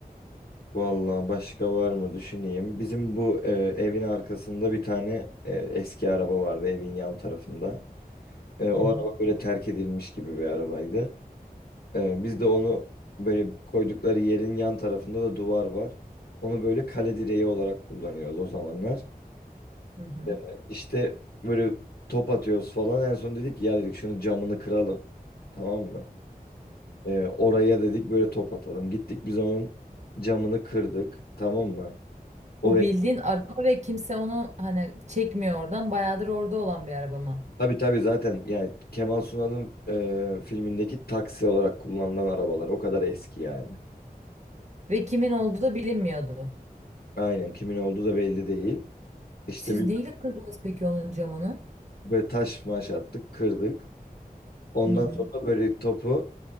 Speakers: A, on the left; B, on the right.
A: Vallahi başka var mı düşüneyim. Bizim bu e, evin arkasında bir tane e, eski araba vardı evin yan tarafında. E, o
B: Hı hı.
A: araba böyle terk edilmiş gibi bir arabaydı. Ee, biz de onu böyle koydukları yerin yan tarafında da duvar var. Onu böyle kale direği olarak kullanıyoruz o zamanlar.
B: Hı hı.
A: Ee, işte böyle top atıyoruz falan. En son dedik ki, ya dedik şunu camını kıralım. Tamam mı? Ee, oraya dedik böyle top atalım. Gittik biz onun camını kırdık. Tamam mı? Oraya
B: Bu bildiğin araba ve kimse onu hani çekmiyor oradan. Bayağıdır orada olan bir araba mı?
A: tabii tabii zaten yani Kemal Sunal'ın e, filmindeki taksi olarak kullanılan arabalar o kadar eski yani.
B: Ve kimin olduğu da bilinmiyordu.
A: Aynen kimin olduğu da belli değil. İşte
B: Siz
A: bir
B: neyle kırdınız peki onun camını?
A: Böyle taş maş attık, kırdık. Ondan
B: Hı hı.
A: sonra böyle topu